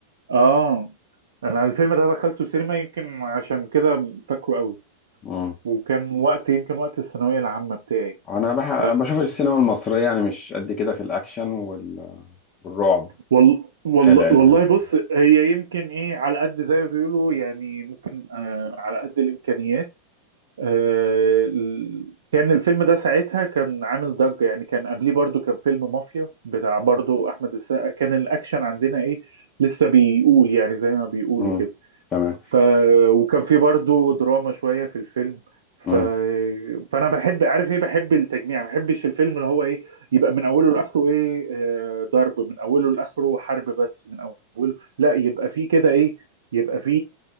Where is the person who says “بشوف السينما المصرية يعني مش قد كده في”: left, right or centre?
Left